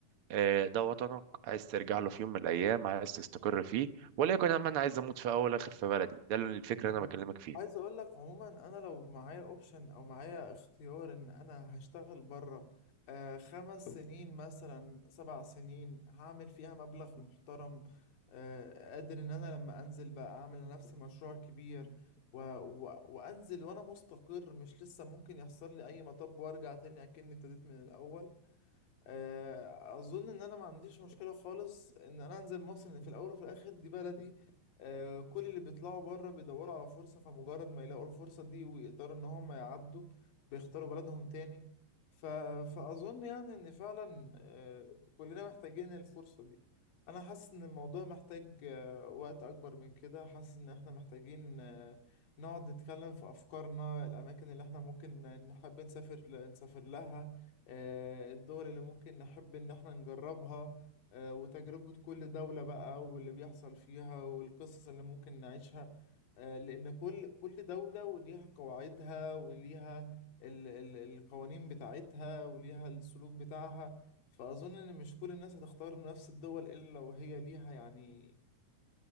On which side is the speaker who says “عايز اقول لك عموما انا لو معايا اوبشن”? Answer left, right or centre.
Left